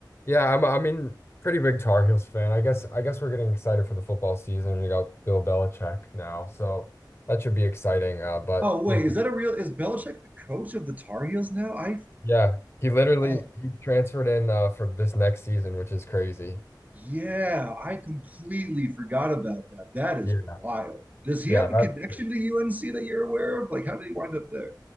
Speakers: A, on the left; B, on the right.
A: Yeah, I'm I mean pretty big Tar Heels fan. I guess I guess we're getting excited for the football season. We got Bill Belichick now, so that should be exciting. Uh, but
B: Oh, wait,
A: you
B: is
A: know,
B: that a real is Belichick the coach of the Tar Heels now? I
A: yeah, he literally
B: oh
A: he transferred in uh, for this next season, which is crazy.
B: yeah, I completely forgot about that. That is
A: Yeah,
B: wild. Does he
A: yeah,
B: have
A: that's
B: a connection
A: crazy.
B: to UNC that you're aware of? Like, how did he wind up there?